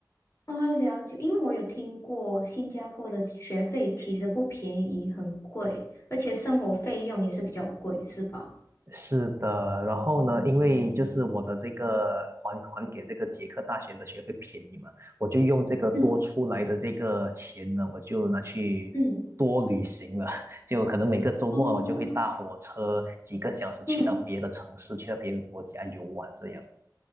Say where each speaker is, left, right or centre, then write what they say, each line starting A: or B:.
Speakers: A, on the left (about 40°); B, on the right (about 35°).
A: 哦，了解。因为我有听过新加坡的学费其实不便宜，很贵，而且生活费用也是比较贵，是吧？
B: 是的，然后呢，因为就是我的这个还还给这个捷克大学的学费便宜嘛，我就用这个多出来的这个钱呢，
A: 嗯
B: 我就拿去多旅行了，
A: 嗯。
B: <laughs> 就可能每个周末我就会搭火车几个小时去到别的城市，
A: 哦，嗯，
B: 去到别的国家游玩这样。